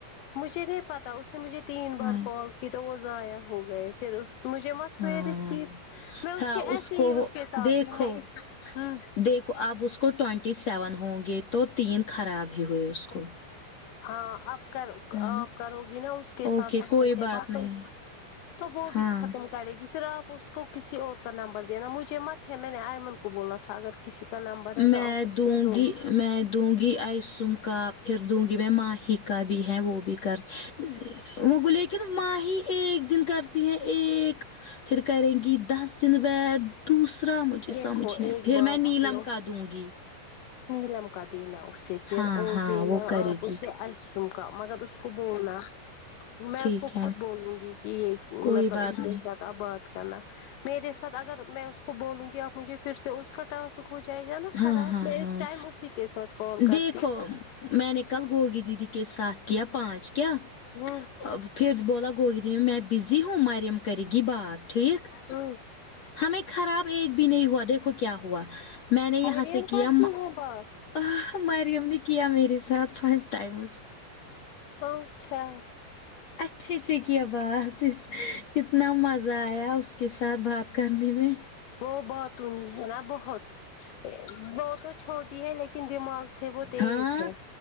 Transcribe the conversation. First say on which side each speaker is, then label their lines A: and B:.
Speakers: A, on the left; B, on the left.
A: مجھے نہیں پتا اس نے مجھے تین بار
B: ہاں
A: کال کی تو وہ ضائع ہو گئے پھر اس مجھے مت ہوئے
B: ہاں
A: ریسیو میں اس
B: تھا
A: کے ایسے
B: کو
A: ہی اس کے ساتھ
B: دیکھو
A: بھی میں اس ہوں
B: دیکھو اب اس کو ٹونٹی سیون ہوں گے تو تین خراب ہی ہوئے اس کو
A: ہاں آپ
B: ہے
A: آپ
B: نا
A: کرو گی نا اس کے
B: اوکے
A: ساتھ اچھے
B: کوئی
A: سے بات
B: نہیں
A: ہو تو وہ
B: ہاں
A: بھی ختم کرے گی پھر آپ اس کو کسی اور کا نمبر دینا مجھے مت ہے میں نے آئمن کو بولا تھا اگر کسی کا نمبر ہے
B: میں
A: تو آپ اس
B: دوں
A: کو دو
B: گی میں دوں گی آئسن کا پھر دوں گی میں ماہک کا بھی ہے وہ بھی کر وہ لیکن ماہی ایک دن کرتی ہیں ایک پھر کریں گی دس دن بعد دوسر را مجھے
A: دیکھو
B: سمجھ نی
A: ایک
B: پھر
A: بار
B: میں نیلم
A: سنو
B: کا دوں گی
A: نیلم کا دینا اسے پھر
B: ہاں
A: اور
B: ہاں
A: دینا
B: وہ کرے
A: آپ اسے
B: گی
A: آسوم کا مگر اس کو بولنا میں
B: ٹھیک
A: اس کو
B: ہے
A: خود بولوں گی کہ یہ
B: کوئی
A: مطلب
B: بات
A: ان
B: نہیں
A: کے ساتھ ا بات کرنا میرے ساتھ اگر میں اس کو بولوں گی آپ مجھے پھر سے اس کا ٹاسک ہو جائے گا نا
B: ہاں
A: خراب
B: ہاں
A: میں
B: ہاں
A: اس ٹائم اسی کے ساتھ کال
B: دیکھو
A: کرتی
B: میں نے کل گوگی دیدی کے ساتھ کیا پانچ کیا
A: ہوں
B: ا پھر بولا گوگری میں بزی ہوں ماریم کرے گی بات ٹھیک
A: سن
B: ہمیں خراب ایک بھی نہیں ہوا دیکھو کیا ہوا میں نے یہاں
A: مریم
B: سے کیام
A: کرتی ہیں بات
B: آہ مریم نے کیا میر ے ساتھ فائیو ٹائمز
A: ہاں اچھا
B: اچھے سے کیا بات کتنا مزہ آیا اس کے ساتھ بات کرنے میں
A: وہ با تونی ہے نا بہت ا وہ تو چھوٹی ہے لیکن دماغ سے وہ تیز
B: ہاں
A: ہے